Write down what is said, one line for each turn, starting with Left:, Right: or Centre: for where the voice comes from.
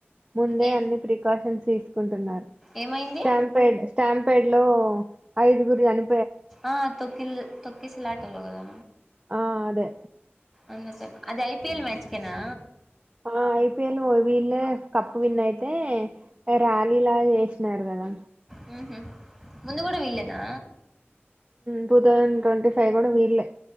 Right: ముందే
Centre: ఏ
Right: అన్ని ప్రికాషన్స్ <unintelligible> ఉంటున్నారు
Centre: ఏమైంది
Right: స్ట్యాంపేడ్ స్టాంపెడ్ లో ఐదుగురూ చనీ
Centre: ఆహ్ తొకిల్ తొకిసలా లటాలో కదా
Right: ఆహ్ అదే
Centre: అందుకే అది ఐపిఎల్ మ్యాచ్కేనా
Right: ఆహ్ ఐపిఎల్ లో వీళ్ళే కప్పు విన్ అయితే ర్యాలీలాగా చేసినారు కదా
Centre: హమ్ ముందు కూడా వీళ్ళేనా
Right: టూ తౌసండ్ ట్వంటీ ఫైవ్ కూడా వీళ్ళే